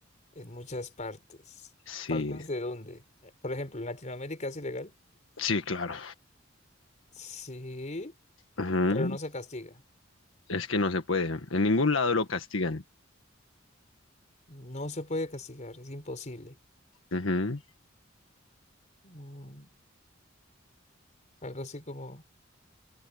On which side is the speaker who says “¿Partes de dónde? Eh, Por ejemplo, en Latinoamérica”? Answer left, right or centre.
Left